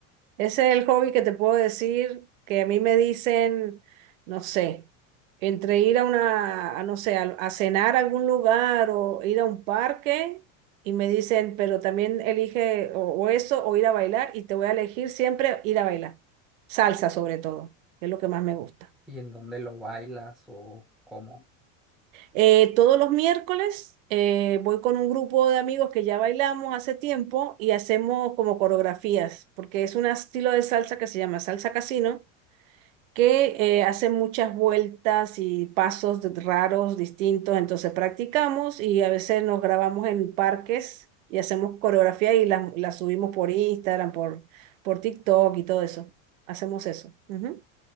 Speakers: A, on the right (about 80°); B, in the centre.
A: Ese es el hobby que te puedo decir que a mí me dicen, no sé, entre ir a una, a, no sé, a, a cenar a algún lugar o ir a un parque y me dicen, pero también elige o, o eso o ir a bailar y te voy a elegir siempre ir a bailar. Salsa sobre todo, que es lo que más me gusta.
B: ¿y en dónde lo bailas o cómo?
A: Eh, todos los miércoles eh, voy con un grupo de amigos que ya bailamos hace tiempo y hacemos como coreografías, porque es un estilo de salsa que se llama salsa casino que eh, hace muchas vueltas y pasos de- raros, distintos, entonces practicamos y a veces nos grabamos en parques y hacemos coreografía y la, la subimos por Instagram, por, por TikTok y todo eso. Hacemos eso. Ujú.